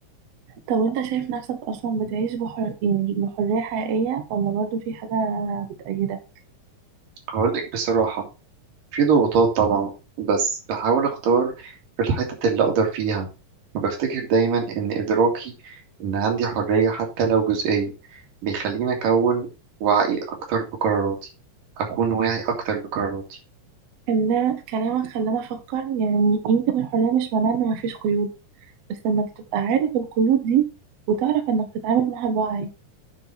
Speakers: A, on the right; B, on the right.
A: طب وانت شايف نفسك أصلا بتعيش بحر يعني بحرية حقيقية ولا برضه في حاجة بتأيدك؟
B: هقولك بصراحة في ضغوطات طبعا بس بحاول اختار في الحتت اللي اقدر فيها وبفتكر دايما ان ادراكي ان عندي حرية حتى لو جزئية بيخليني اكون وعي اكتر بقراراتي اكون واعي اكتر بقراراتي
A: إن كلامك خلاني أفكر يعني يمكن الحرية مش معناها إن مفيش قيود بس إنك تبقى عارف القيود دي وتعرف إنك تتعامل معاها بوعي